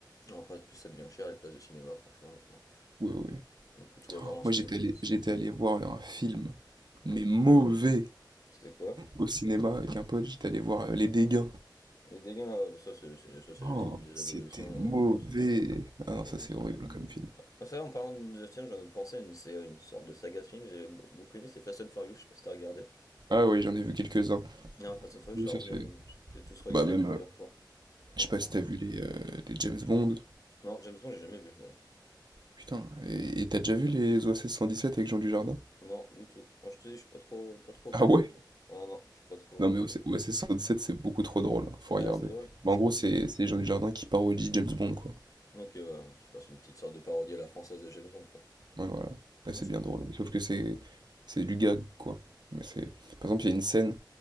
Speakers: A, on the left; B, on the right.
A: Non, après, en plus ça devient cher les places de cinéma, franchement, maintenant.
B: Oui, oui, oui.
A: On peut tout avoir en streaming.
B: Moi, j'étais allé
A: là,
B: j'étais allé voir un film,
A: Hmm.
B: mais mauvais,
A: C'était quoi?
B: au cinéma avec un pote, j'étais allé voir, heu, Les dégâts
A: Les dégâts, euh, bah, ça, c'est c'est- ça, c'est
B: Oh,
A: le film des
B: c'était
A: adolescents. euh,
B: mauvais.
A: ouais, c'est
B: Ah non, ça
A: c'est nul,
B: c'est
A: ça.
B: horrible comme film.
A: Ah, ça, en parlant de. Tiens, je viens de penser à une série, une sorte de saga de films, j'ai be- beaucoup aimé, c'est Fast and Furious, je sais pas si t'as regardé.
B: Ah oui, j'en ai vu quelques-uns.
A: Non, Fast and Furious,
B: Oui,
A: j'ai vraiment
B: ça c'est.
A: bien aimé. J'ai tous regardé
B: Bah même,
A: plusieurs
B: euh,
A: fois. Franchement.
B: je sais pas si t'as vu les, euh, les James Bond.
A: Non, James Bond, j'ai jamais vu. d'ailleurs.
B: Putain, et et t'as déjà vu les OSS 117 avec Jean Dujardin?
A: Non, du tout. Moi, je te dis, je suis pas trop, pas trop
B: Ah
A: calé.
B: ouais?
A: Ah non, je suis pas trop.
B: Non mais OSS 117 c'est beaucoup trop drôle, hein, faut regarder.
A: Ouais, c'est drôle.
B: Mais en gros c'est c'est Jean Dujardin qui parodie James Bond quoi.
A: Ok, ouais, qu'il fasse une petite sorte de parodie à la française de James Bond, quoi.
B: Ouais voilà, Là,
A: Non,
B: c'est
A: ça
B: bien
A: peut.
B: drôle. Mais Sauf que
A: Ça...
B: c'est c'est du gag quoi. Mais c'est par exemple il y a une scène